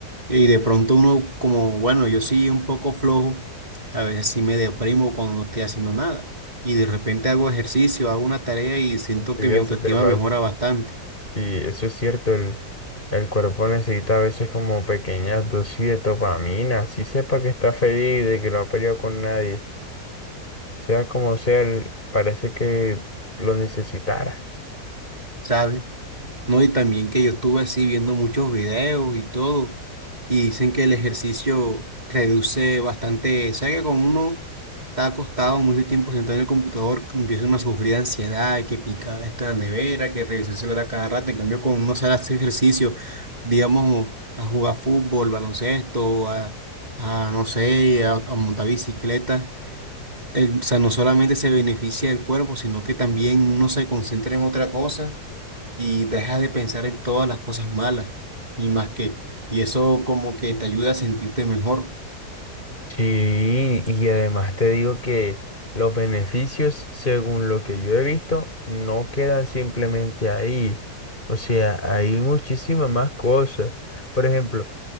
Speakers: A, on the right; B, on the left.
A: Y de pronto uno, como, bueno, yo sí un poco flojo, a veces sí me deprimo cuando no estoy haciendo nada. Y de repente hago ejercicio, hago una tarea y siento
B: Sí,
A: que mi
B: eso
A: autoestima
B: te parece.
A: mejora bastante,
B: Y eso es cierto, el, el cuerpo necesita a veces como pequeñas dosis de dopamina, así sepa que está feliz, de que no ha peleado con nadie, sea como sea, el- parece que lo necesitara.
A: ¿sabes? No, y también que yo estuve así viendo muchos videos y todo, y dicen que el ejercicio reduce bastante, o sea que con uno está acostado mucho tiempo sentado en el computador, que empieza uno a sufrir de ansiedad, que picar esta la nevera, que revisar el celular a cada rato, en cambio con uno sale a hacer ejercicio, digamos, a jugar fútbol, baloncesto, a, a no sé, a, a montar bicicleta el- o sea, no solamente se beneficia el cuerpo, sino que también uno se concentra en otra cosa y deja de pensar en todas las cosas malas y más que, y eso como que te ayuda a sentirte mejor.
B: Sí, y además te digo que los beneficios, según lo que yo he visto, no quedan simplemente ahí. O sea, hay muchísimas más cosas. Por ejemplo,